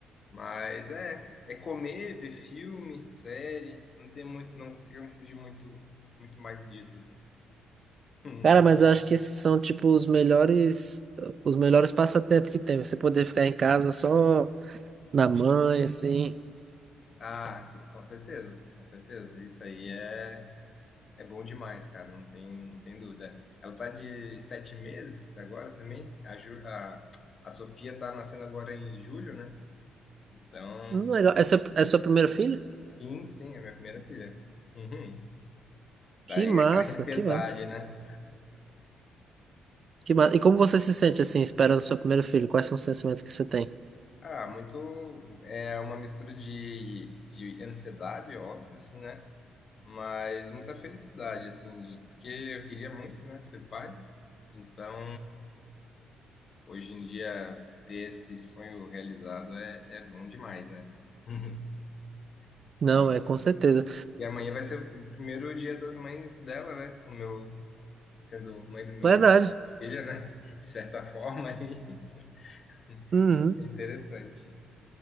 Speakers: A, on the left; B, on the right.
A: Mas é, é comer, ver filme, série. Não tem muito, não conseguimos fugir muito, muito mais disso, assim. <laughs>
B: Cara, mas eu acho que esses são, tipo, os melhores, os melhores passatempos que tem. Você poder ficar em casa só na mãe, assim,
A: Ah, com certeza, com certeza. Isso aí é É bom demais, cara, não tem, não tem dúvida. Ela tá de sete meses agora também. A, Ju- a, a Sofia tá nascendo agora em julho, né? Então,
B: Hum, Legal. Essa é a sua primeira filha?
A: sim, sim, é minha primeira filha. Uhum. Daí
B: Que massa,
A: é aquela ansiedade,
B: que massa.
A: né?
B: Que massa E como você se sente assim, esperando seu primeiro filho? Quais são os sentimentos que você tem?
A: Ah, muito. É uma mistura de, de ansiedade, óbvio, assim, né? Mas muita felicidade, assim, de- porque eu queria muito, né, ser pai. Então, Hoje em dia, ter esse sonho realizado é, é bom demais, né? <laughs>
B: Não,
A: E,
B: é com certeza.
A: e amanhã vai ser o primeiro dia das mães dela, né? O meu, sendo mãe do meu
B: Verdade.
A: filho, né? De certa forma, aí <laughs> vai
B: Uhum.
A: ser interessante.